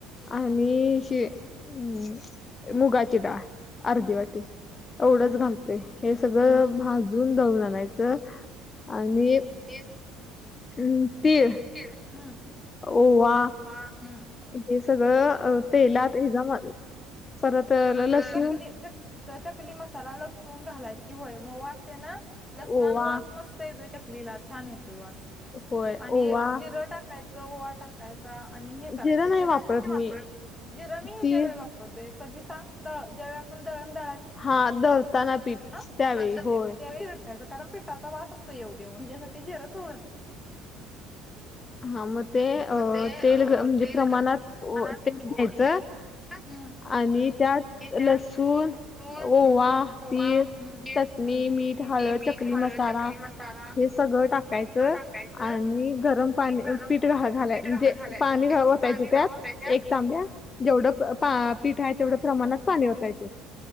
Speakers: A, in the centre; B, on the left.
A: हम्म.
B: आणि हे हुम्म मुगाची डाळ अर्धी
A: हम्म
B: वाटी एवढंच
A: हम्म
B: घालतोय हे सगळं
A: हम्म
B: भाजून दळुन आणायचं आणि
A: एक
B: हुम्म तीळ
A: तीळ हम्म
B: ओवा
A: हम्म
B: हे सगळं तेलात एकदम सर्व अं
A: चकली
B: लसूण
A: चकली मसाला, लसून घालायची होय मग वास ते नं लसणान
B: ओवा
A: वास मस्त येतोय चकली चकलीला छानं येतोय वास
B: होय
A: आणि
B: ओवा
A: जिर टाक टाकायच ओवा टाकायचा आणि हे करायचं
B: जिरं नाही
A: तेलाचा
B: वापरत
A: वापर
B: मी
A: जिरं मी हेज्यावेळी
B: ती
A: वापरत. कधी सांग? ज्यावेळी आपण दळण द
B: हां दळताना पीठ
A: अं
B: त्यावेळी होय
A: त्यावेळी टाकायच कारण पिठाचा वास असतो येवू देेऊन ह्यासाठी झीर थोडच टाकायचं.
B: हां मगं ते
A: मग ते अ
B: तेल म्हणजे
A: तेल
B: प्रमाणात तेल
A: पानात
B: घ्यायचं.
A: हम्म.
B: आणि त्यातं
A: ते त्या
B: लसूण
A: तून
B: ओवा, तीळ,
A: ओवा जिर
B: चटणी, मीठ, हळद,
A: ते मीठ
B: चकली
A: हळद
B: मसाला
A: चकली मसाला
B: हे सगळं टाकायच
A: तो टाकायचं
B: आणि गरम पाणी
A: गरम
B: पीठ घालायच मजे
A: पीठ घा घालाय
B: पाणी
A: म्हणजे
B: ओतायचं
A: पाणी घा
B: त्यात
A: ओताय त्यात
B: एक तांब्या जेवढं पीठ आहे तेवढं प्रमाणात पाणी ओतायचं